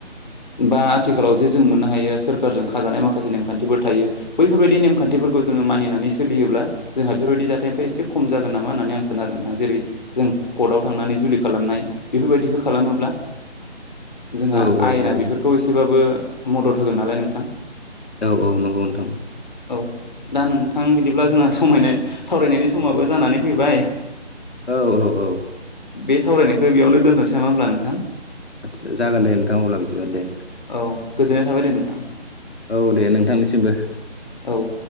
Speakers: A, on the left; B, on the left.
A: बा आथिखालाव जे जों मोननो हायो सोरखारजों खाजानाय मा खासे नेमखान्थिफोर थायो बैफोरबायदि नेमखान्थिफोरखौ जोङो मानिनानै सोलियोब्ला जोंहा बेफोरबायदि जाथायनिफ्राय एसे खम जागोन नामा होननानै आं सानो आरो नोंथां जेरै जों कर्टआव थांनानै जुलि खालामनाय बेफोरबायदिखौ खालामोब्ला जोंहा
B: औ औ
A: आयेना
B: नंगौ
A: बेफोरखौ एसेबाबो मदद होगोन नालाय नोंथां।
B: औ औ नंगौ नोंथां।
A: औ दा नोंथां बिदिब्ला जोंहा समायनाय सावरायनायनि समाबो जानानै फैबाय।
B: औ औ औ
A: बे सावरायनायखौ बेयावनो दोनथ'नोसै नामा होनब्ला नोंथां?
B: आदसा जागोन दे नोंथां अब्ला बिदिब्ला दे ।
A: औ गोजोननाय थाबाय दे नोंथां।
B: औ दे नोंथांनिसिमबो ।
A: औ